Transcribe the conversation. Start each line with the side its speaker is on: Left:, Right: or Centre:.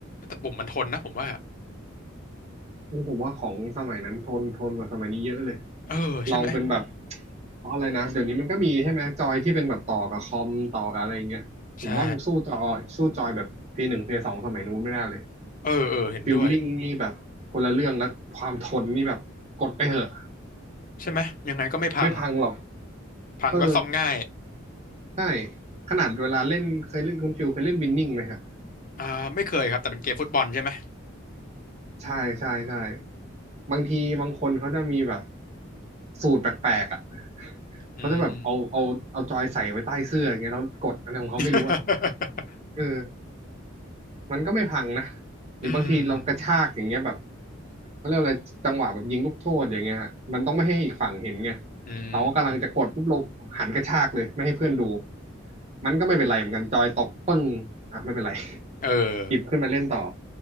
Left: แต่ผมมันทนนะผมว่า
Right: โอ้ผมว่าของสมัยนั้นทนทนกว่าสมัยนี้เยอะเลย
Left: เออใช่ไหม
Right: ลองเป็นแบบอะไรนะ เดี๋ยวนี้มันก็มีใช่ไหมจอยที่เป็นแบบต่อกับคอมต่อกับอะไรอย่างเงี้ยผมว่ามันสู้จอยสู้จอยแบบ
Left: ใช่
Right: P1 P2 สองสมัยนู้นไม่ได้เลย
Left: เออเออเห็นด้วย
Right: ฟิลลิ่งนี่แบบคนละเรื่องแล้วความทนนี่แบบกดไปเหอะ
Left: ใช่ไหมยังไงก็ไม่พัง
Right: ไม่พังหรอก
Left: พังก็ซ่อมง่าย
Right: เออใช่ขนาดเวลาเล่นเคยเล่นคุณฟิลเคยเล่นวินนิ่งไหมฮะ
Left: อ่าไม่เคยครับแต่เป็นเกมฟุตบอลใช่ไหม
Right: ใช่ใช่ใช่บางทีบางคนเขาจะมีแบบสูตรแปลกๆอ่ะ
Left: อืม
Right: เขาจะแบบเอาเอาเอาจอยใส่ไว้ใต้เสื้ออย่างเงี้ยแล้วกดอะไรของเขาไม่รู้อ่ะ
Left: <laughs>
Right: เออมันก็ไม่พังนะหรือบางทีเรากระชากอย่างเงี้ยแบบ
Left: อืมอืม
Right: เขาเรียกอะไรจังหวะแบบยิงลูกโทษอย่างเงี้ยฮะมันต้องไม่ให้อีกฝั่งเห็นไง
Left: อื
Right: เราก็กำลังจะกดปุ๊บเราหันกระชากเลยไม่ให้เพื่อนดู
Left: ม
Right: มันก็ไม่เป็นไรเหมือนกันจอยตกปึ้งอ่ะไม่เป็นไร
Left: เออ
Right: หยิบขึ้นมาเล่นต่อ